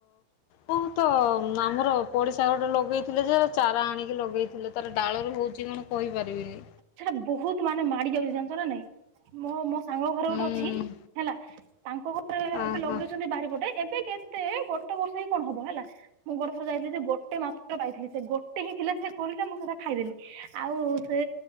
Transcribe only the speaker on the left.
ମୁଁ ତ ଆମର ପଡ଼ିଶାଘର ଗୋଟେ ଲଗେଇଥିଲେ ଯେ ଚାରା ଆଣିକି ଲଗେଇଥିଲେ ତାର ଡାଳରୁ ହଉଛି କି କଣ ପଇପାରିବିନି।
ହୁଁ
ଅହ